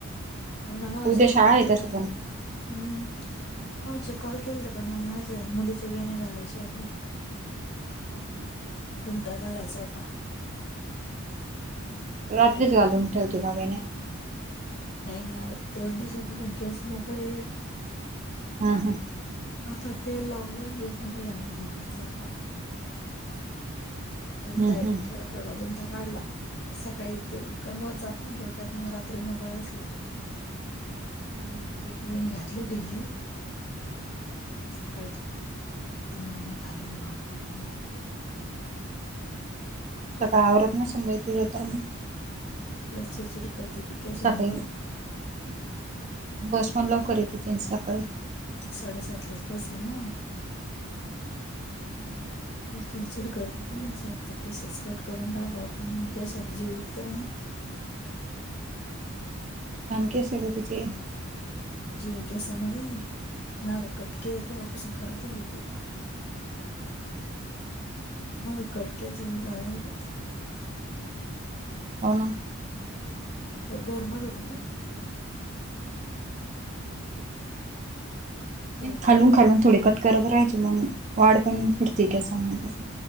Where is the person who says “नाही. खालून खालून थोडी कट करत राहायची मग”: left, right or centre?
Right